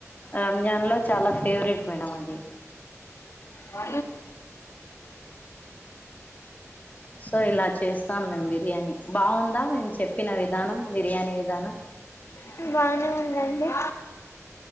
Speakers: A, on the left; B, on the left.
A: రంజాన్‌లో చాలా ఫేవరెట్ మేడం అది
B: ఉ
A: సో ఇలా చేస్తాం మేము బిర్యానీ బాగుందా మేము చెప్పిన విధానం బిర్యానీ విధానం
B: టు బానే ఉందండి